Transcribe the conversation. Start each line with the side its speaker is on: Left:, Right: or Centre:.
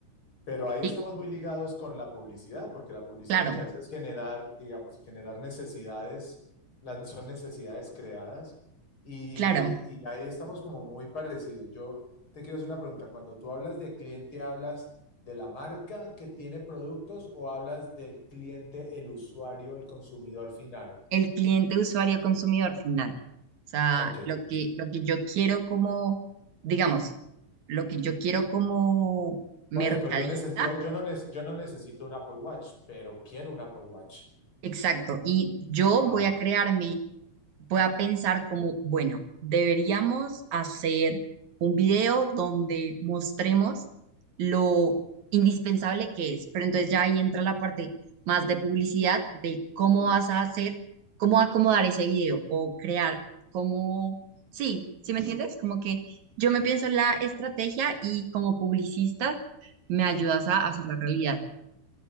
Left: Pero ahí
Right: ¿Sí?
Left: estamos muy ligados con la publicidad, porque la publicidad
Right: Claro,
Left: lo que hace es generar, digamos, generar necesidades, las- son necesidades creadas, y,
Right: claro.
Left: y ahí estamos como muy parecidos. Yo te quiero hacer una pregunta, cuando tú hablas de cliente, ¿hablas de la marca que tiene productos o hablas del cliente, el usuario, el consumidor final?
Right: El cliente, usuario, consumidor final. O sea,
Left: Ok, el
Right: lo
Left: usuario.
Right: que, lo que yo quiero como, digamos, lo que yo quiero como mercadista,
Left: Por ejemplo, yo, neces- yo, yo, no, nece- yo no necesito un Apple Watch, pero quiero un Apple Watch.
Right: exacto. Y yo
Left: Ah,
Right: voy a crearme pueda pensar como, bueno, deberíamos hacer un video donde mostremos lo indispensable que es, pero entonces ya ahí entra la parte más de publicidad, de cómo vas a hacer, cómo acomodar ese video o crear, cómo, sí, ¿sí me entiendes? Como que yo me pienso la estrategia y como publicista me ayudas a hacer la realidad.